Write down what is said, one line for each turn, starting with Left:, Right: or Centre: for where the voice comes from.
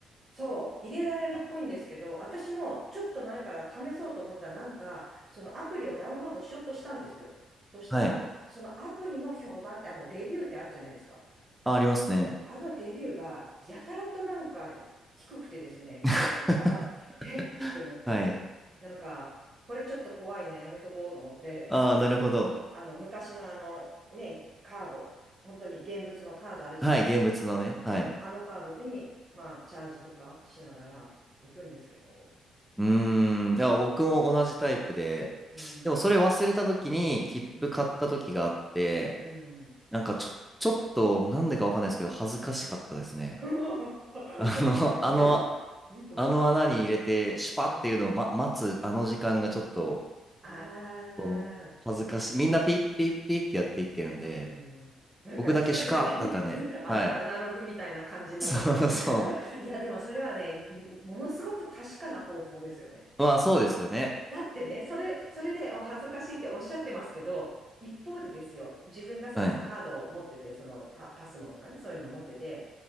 Right: そう、入れられるっぽいんですけど、
Centre: あ
Right: 私もちょっと前から試そうと思ったら、なんか、そのアプリをダウンロードしようとしたんですよ。そしたら、
Centre: はい。
Right: そのアプリの評判って、あの、レビューってあるじゃないですか。
Centre: あ、ありますね。
Right: あのレビューが、やたらとなんか、低くてですね、評判が。
Centre: <laughs>
Right: <laughs> えって思って、
Centre: はい。
Right: なんか、これちょっと怖いな、やめとこうと思って、
Centre: ああ、なるほど。
Right: あの昔のあのね、カード、本当に現物のカードあるじゃないですか。
Centre: はい、現物のね。
Right: うん、
Centre: はい。
Right: あのカードに、まあ、チャージとかしながら行くんですけど、
Centre: うーん。いや、僕も同じタイプで、
Right: うん、
Centre: でもそれ忘れた時に切符買った時があって、
Right: うん、うん。
Centre: なんかちょ、ちょっと、なんでかわかんないですけど、恥ずかしかったですね。
Right: <laughs>
Centre: <laughs> あの、あの、
Right: いやいや、いいと思
Centre: あの穴に入れて、シュパっていうのを、
Right: う。うん。
Centre: ま、待つ、あの時間がちょっと、
Right: ああ、
Centre: こう、恥ずかしい。みんなピッピッピッってやっていってるんで、
Right: うん。なんか一人だけ
Centre: 僕だけシュカだったね。
Right: <laughs> アナ、
Centre: はい。
Right: アナログみたいな感じになったってこと。
Centre: <laughs> そうそ
Right: <laughs> いや、でもそれはね、いものすごく確かな方法ですよね。
Centre: う。まあ、そうですよね。
Right: だってね、それ、それでお恥ずかしいっておっしゃってますけど、一方でですよ、自分がそのカードを持ってて、
Centre: はい。
Right: そのパ、パスモとかね、そういうのを持ってて、